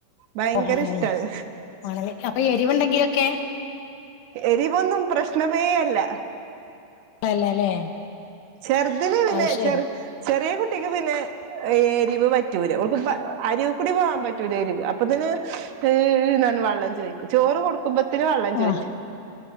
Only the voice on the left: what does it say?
ഓ ആണല്ലേ
ആണല്ലേ അപ്പൊ എരിവുണ്ടെങ്കിലൊക്കെ
അല്ലല്ലേ
അത് ശരി
ആഹ്